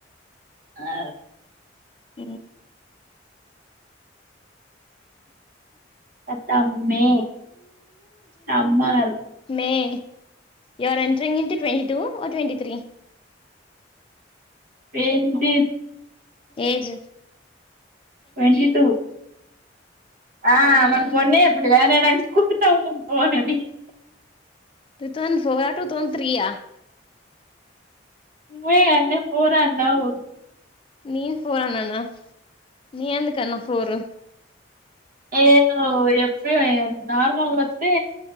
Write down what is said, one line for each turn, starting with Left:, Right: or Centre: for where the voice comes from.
Right: ఆ
Left: <unintelligible>
Right: అతమ్మే summer
Left: May you are entering into twenty two ఓ ట్వంటీ త్రీ
Right: ఏంటి
Left: ఏజ్
Right: ట్వంటీ టూ <unintelligible>
Left: అవునా టూ థౌసండ్ ఫోరా టూ థౌసండ్ త్రీయా
Right: మే ఫోరన్నావు
Left: నేను ఫోరన్నాన నేనేందుకన్న ఫోరు
Right: ఏ నువ్ చెప్తే నార్మల్ వస్తే